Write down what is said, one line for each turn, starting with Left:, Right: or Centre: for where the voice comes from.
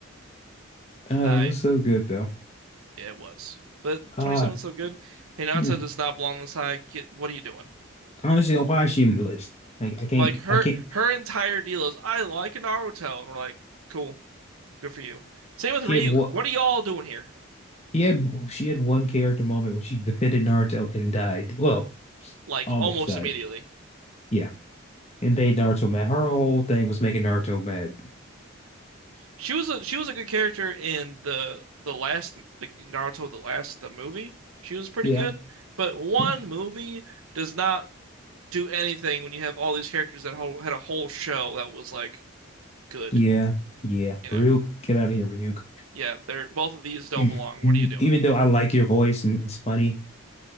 Left: uh,
Right: I
Left: it was so good though.
Right: yeah, it was. But
Left: Uh,
Right: 27 is still good. Hinata
Left: hmm.
Right: does not belong this high. Get what are you doing?
Left: I honestly, don't know why is she on the list? Like, I can't,
Right: Like her
Left: I can't.
Right: her entire deal is I like Naruto, and we're like, cool, good for you. Same with
Left: She
Right: Ryuk.
Left: had what?
Right: What are y'all doing here?
Left: He had she had one character moment when she defended Naruto and died. Well,
Right: Like
Left: almost
Right: almost
Left: died.
Right: immediately.
Left: Yeah, and made Naruto mad. Her whole thing was making Naruto mad.
Right: She was a she was a good character in the the last like Naruto the last the movie. She was pretty
Left: Yeah,
Right: good, but one
Left: yeah,
Right: movie does not do anything when you have all these characters that whole, had a whole show that was like good,
Left: yeah. yeah.
Right: you know.
Left: Ryuk, get out of here, Ryuk.
Right: Yeah, they're both of these don't
Left: <clears throat>
Right: belong. What are you doing?
Left: Even though I like your voice and it's funny,